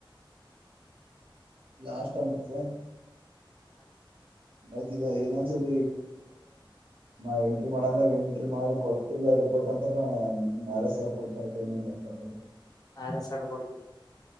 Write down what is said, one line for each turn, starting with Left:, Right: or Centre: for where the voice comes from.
Left: <inaudible>
Right: ಲಾಸ್ಟ್ ಅಂಮತ್ಯ.
Left: ಹ
Right: ಬೈತಿದ್ದ ಇನ್ನೊಂದ್ ಸ್ವಲ್ಪ ನಾ ಎಂಟ್ರಿ ಮಾಡಂದಾಗ ಎಂಟ್ರಿ ಮಾಡಿ ಕೊಟ್ಟಿಲ್ಲ ರಿಪೋರ್ಟ್ ಅಂತಾರ ಆರ್ ಸಾವಿರ ಕೊಡ್ತನವ ಪೇಮೆಂಟ್ ಅಂತ ತಂದ್ರ.
Left: ಆರ ಸವರ ಕೊಡ್ತೀರ.